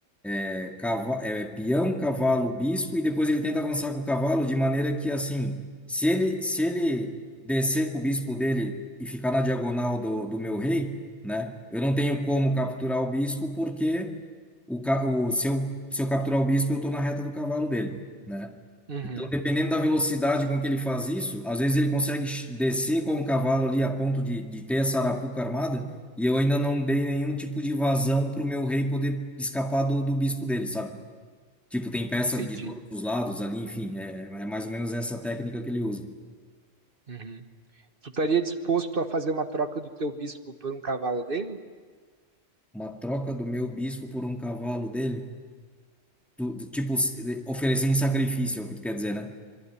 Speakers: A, in the centre; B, on the right.
A: é, cava- é, peão, cavalo, bispo, e depois ele tenta avançar com o cavalo de maneira que, assim, se ele, se ele descer com o bispo dele e ficar na diagonal do, do meu rei, né, eu não tenho como capturar o bispo porque o, ca- o, se eu, se eu capturar o bispo, eu estou na reta do cavalo dele, né?
B: Uhum,
A: Então, dependendo da velocidade com que ele faz isso, às vezes ele consegue ch- descer com o cavalo ali a ponto de, de ter essa arapuca armada, e eu ainda não dei nenhum tipo de vazão para o meu rei poder escapar do, do bispo dele, sabe? Tipo, tem peça
B: entendi.
A: de todos os lados ali, enfim, é, é mais ou menos essa técnica que ele usa.
B: Uhum. Tu estaria disposto a fazer uma troca do teu bispo por um cavalo dele?
A: Uma troca do meu bispo por um cavalo dele, do, do- tipo, s- oferecer em sacrifício, é o que tu quer dizer, né?